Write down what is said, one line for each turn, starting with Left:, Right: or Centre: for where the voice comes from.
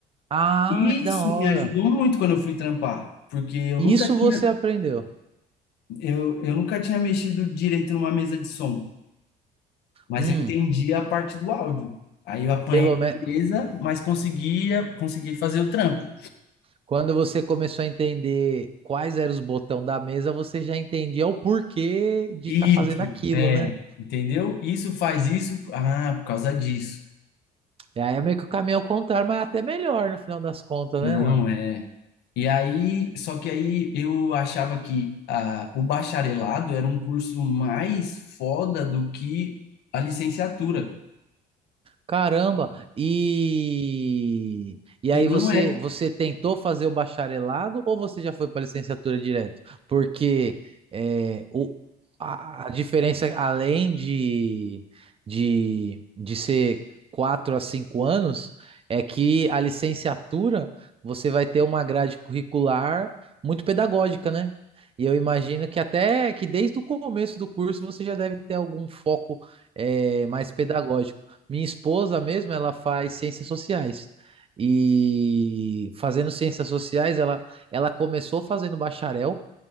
Right: Ah,
Left: Isso
Right: que da hora.
Left: me ajudou muito quando eu fui trampar, porque eu
Right: Isso
Left: nunca tinha,
Right: você aprendeu.
Left: eu, eu nunca tinha mexido direito numa mesa de som, mas
Right: Hum,
Left: eu entendi a parte do áudio. Aí eu apanhei
Right: pelo
Left: a
Right: menos
Left: mesa, mas conseguia, consegui fazer o trampo.
Right: quando você começou a entender quais eram os botões da mesa, você já entendia o porquê de
Left: Isso,
Right: estar fazendo aquilo,
Left: é,
Right: né?
Left: entendeu? Isso faz isso, ah, por causa disso.
Right: E aí é meio que o caminho ao contrário, mas é até melhor no final das contas,
Left: Não,
Right: né, mano?
Left: é. E aí, só que aí eu achava que ah, o bacharelado era um curso mais foda do que a licenciatura.
Right: Caramba! E e
Left: E
Right: aí
Left: não
Right: você
Left: é.
Right: você tentou fazer o bacharelado ou você já foi para licenciatura direto? Porque é, o, a, a diferença além de, de de ser quatro a cinco anos é que a licenciatura você vai ter uma grade curricular muito pedagógica, né? E eu imagino que até que desde o começo do curso você já deve ter algum foco eh, mais pedagógico. Minha esposa mesmo, ela faz ciências sociais. E fazendo ciências sociais, ela, ela começou fazendo bacharel